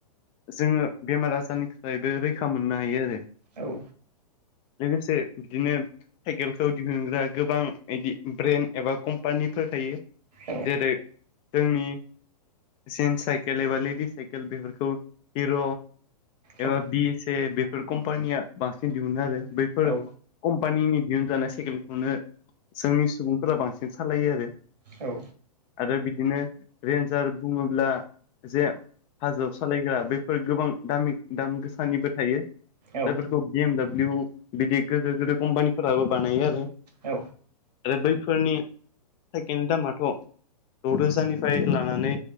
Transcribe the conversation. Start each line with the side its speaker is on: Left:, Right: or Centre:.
Left: जोङो बेमार आजारनिफ्रायबो रैखा मोननो हायो आरो।
Right: औ
Left: लोगोसे बिदिनो साइकेलखौ दिहुनग्रा गोबां बिदि ब्रेन्ड एबा कम्पानिफोर थायो।
Right: औ
Left: जेरै जोंनि जेन्स साइकेल एबा लेडिस साइकेल बेफोरखौ हिर'
Right: औ
Left: एबा बिएस ए बेफोर कम्पानिया बांसिन दिहुनो आरो बैफोर
Right: औ
Left: कम्पानिनि दिहुनजानाय साइकेलखौनो जोंनि सुबुंफोरा बांसिन सालायो आरो
Right: औ
Left: आरो बिदिनो रेन्जार बुङोब्ला जे हाजोआव सालायग्रा बेफोर गोबां दामि दाम गोसानिबो थायो।
Right: औ
Left: जायफोरखौ बि एम डाब्लिउ बिदि गोदिर गोदिर कम्पानिफोराबो बानायो आरो
Right: औ
Left: आरो बैफोरनि साइकेलनि दामाथ' द'रोजानिफ्राय लानानै